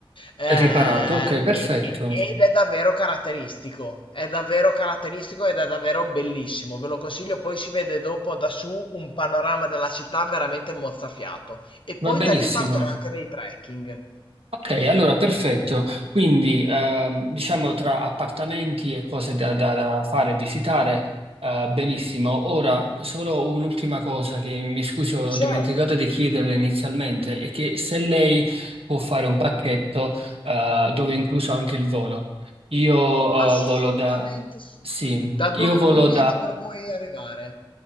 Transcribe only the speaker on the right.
è riparato, ok, perfetto,
va benissimo.
Ok, allora perfetto. Quindi ehm, diciamo tra appartamenti e cose da, da- da fare e visitare, eh, benissimo. Ora, solo un'ultima cosa che mi scusi, ho dimenticato
di chiederle inizialmente, è che se lei può fare un pacchetto eh, dove è incluso anche il volo. Io
eh, volo da...
Sì,
io volo